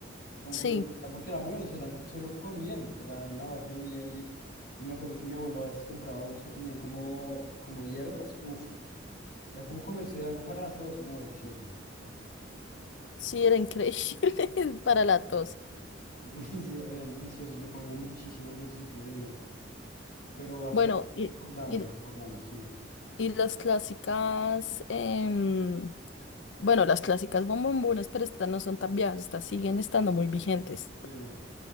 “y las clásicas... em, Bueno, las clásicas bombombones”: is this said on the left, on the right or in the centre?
Left